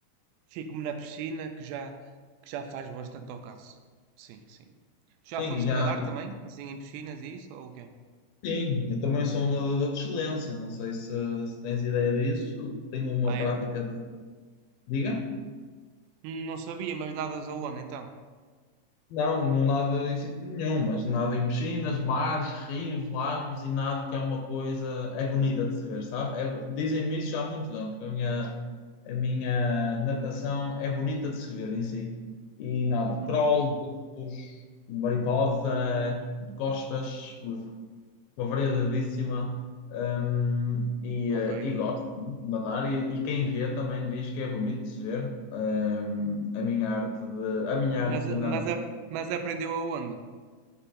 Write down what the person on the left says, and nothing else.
Sim,
já,
Sim, eu também sou um nadador de excelência. Não sei se, se tens ideia disso. Tenho uma
prática
de. Diga?
Não, não nado em sítio nenhum, mas nado em piscinas, mares, rios, lagos e nado que é uma coisa. É bonita de se ver, sabe? É- dizem-me isso já há muitos anos, que a minha, a minha natação é bonita de se ver em si. E nado de
crawl, bultos, mariposa, costas. uma variedadíssima hum, e,
eh, e gosto muito de nadar e, e quem vê também diz que é bonito de se ver hum, a minha arte de, a minha arte
de
nadar.